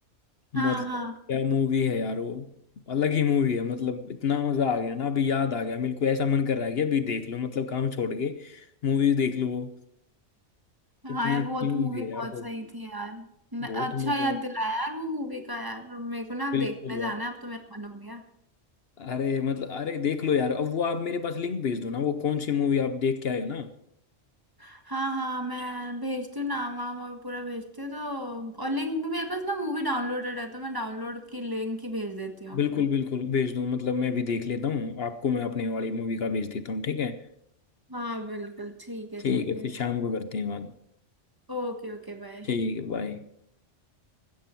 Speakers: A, on the right; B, on the left.
A: हाँ
B: मतलब
A: हाँ
B: क्या मूवी है यार वो अलग ही मूवी है मतलब इतना मजा आ गया ना अभी याद आ गया मेरे को ऐसा मन कर रहा है कि अभी देख लो मतलब काम छोड़ के मूवी देख लो वो
A: हाँ
B: इतनी
A: यार
B: अच्छी
A: वो तो
B: मूवी
A: मूवी
B: है
A: बहुत
B: यार वो
A: सही थी यार न-
B: बहुत
A: अच्छा
B: मजा
A: याद दिलाया यार वो मूवी का यार मेरे को ना
B: बिल्कुल
A: देखने जाना
B: यार
A: है अब तो मेरा मन हो गया
B: अरे मतलब अरे देख लो यार अब वो आप मेरे पास लिंक भेज दो ना वो कौन सी मूवी आप देख के आए हो ना
A: हाँ हाँ मैं भेजती हूँ नाम वाम और पूरा भेजती हूँ तो और लिंक भी मेरे पास ना मूवी डाउनलोडेड है तो मैं डाउनलोड की लिंक ही भेज देती हूँ
B: बिल्कुल
A: आपको
B: बिल्कुल भेज दो मतलब मैं भी देख लेता हूँ आपको मैं अपने वाली मूवी का भेज देता हूँ ठीक है
A: हाँ बिल्कुल ठीक है
B: ठीक
A: ठीक
B: है
A: है
B: फिर शाम को करते हैं बात
A: Okay okay bye
B: ठीक है